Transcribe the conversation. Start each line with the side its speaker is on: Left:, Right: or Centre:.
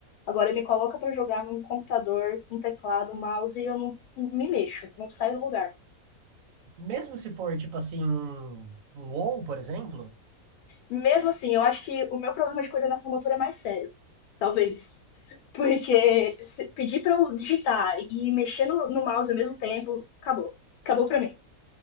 Left: Agora me coloca pra jogar num computador, um teclado, um mouse e eu não me mexo, não saio do lugar.
Right: mesmo se for, tipo assim, um, um WoW, por exemplo,
Left: Mesmo assim, eu acho que o meu problema de coordenação motora é mais sério, talvez. <laughs> Porque se pedir pra eu digitar e mexer no, no mouse ao mesmo tempo, acabou. Acabou pra mim.